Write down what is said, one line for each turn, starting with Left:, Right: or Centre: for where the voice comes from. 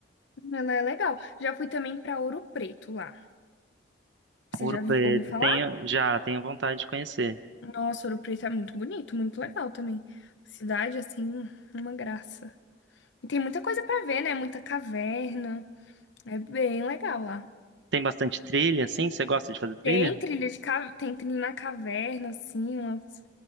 Left: Hum, Ela é legal. Já fui também pra Ouro Preto lá. Você
Right: Ouro
Left: já
Right: Preto,
Left: ouviu falar?
Right: tenho, já tenho vontade de conhecer.
Left: Nossa, Ouro Preto é muito bonito, muito legal também. Cidade, assim, uma graça. E tem muita coisa pra ver, né? Muita caverna. É bem legal lá.
Right: Tem bastante trilha, sim? Você gosta de fazer trilha?
Left: Tem trilha de ca... tem trilha na caverna, assim, umas...